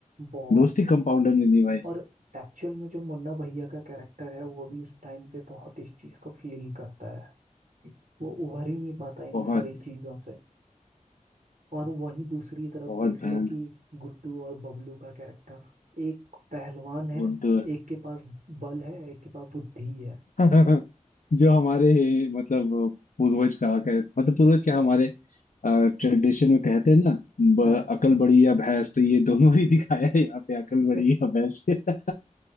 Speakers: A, on the right; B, on the left.
A: बहुत
B: दोस्ती कंपाउंडर ने निभाई
A: और एक्चुअल में जो मुन्ना भैया का कैरेक्टर है वो भी उस टाइम पे बहुत इस चीज को फील करता है वो उभर ही नहीं पाता इन
B: बहुत
A: सारी चीजों से और वहीं दूसरी तरफ
B: बहुत
A: देख
B: भयान
A: लो कि गुड्डू और बबलू का कैरेक्टर एक पहलवान है
B: गुड
A: एक के पास बल है एक के पास बुद्धि है
B: <laughs> जो हमारे मतलब पूर्वज कहा कह मतलब पूर्वज क्या हमारे ट्रेडिशन में कहते हैं ना ब,
A: हाँ
B: अकल बड़ी या भैंस तो ये दोनों ही दिखाया है यहाँ पे अकल बड़ी
A: <laughs>
B: या भैंस <laughs>